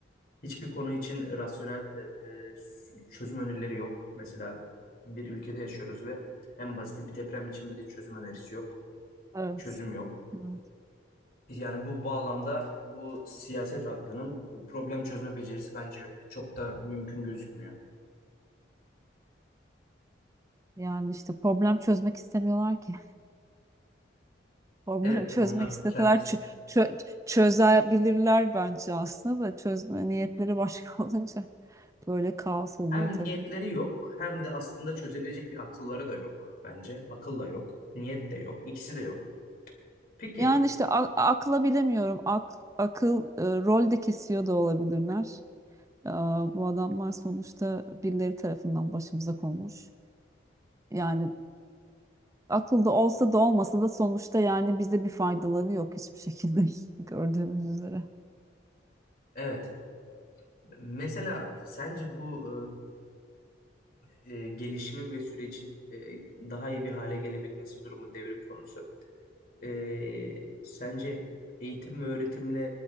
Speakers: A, on the left; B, on the right.
A: Hiçbir konu için rasyonel e, e, çözüm önerileri yok. Mesela bir ülkede yaşıyoruz ve en basit bir deprem için bile çözüm önerisi yok.
B: Evet.
A: Çözüm yok.
B: Evet.
A: Yani bu bağlamda bu siyaset aklının problem çözme becerisi bence çok da mümkün gözükmüyor.
B: Yani işte problem çözmek istemiyorlar ki. Problem
A: Evet,
B: çözmek
A: onlar
B: isteseler
A: kendisi
B: çö- çö- çözebilirler bence aslında da çözme niyetleri başka <laughs> olunca böyle kaos oluyor
A: hem niyetleri
B: tabii.
A: yok hem de aslında çözebilecek bir akılları da yok bence. Akıl da yok, niyet de yok, ikisi de yok. Peki,
B: Yani işte a- akla bilemiyorum. Ak akıl e, rol de kesiyor da olabilirler. Aa, bu adamlar sonuçta birileri tarafından başımıza konmuş. Yani akılda olsa da olmasa da sonuçta yani bize bir faydaları yok hiçbir şekilde <laughs> gördüğümüz üzere.
A: evet. Mesela sence bu e, e, gelişimin ve sürecin e, daha iyi bir hale gelebilmesi durumu devrim konusu Ee, sence eğitim ve öğretimle